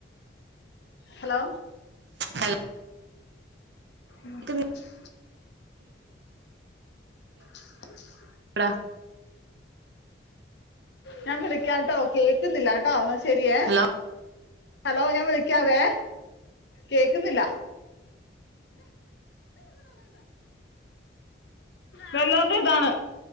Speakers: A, on the left (about 70°); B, on the right (about 70°).
A: ഹലോ
B: ഹലോ
A: മ്മ്
B: കേക്കുന്നില്ലേടാ
A: <unintelligible> <unintelligible>
B: വ്ടാ
A: ഞാൻ വിളിക്കാട്ടോ കേക്ക്ന്നില്ലാട്ടോ ന്നശെ ശരിയേ
B: ഹലോ
A: ഹലോ ഞാൻ വിളിക്കാവേ കേക്ക്ന്നില്ല വെല്ലോർടെ ഇതാണ്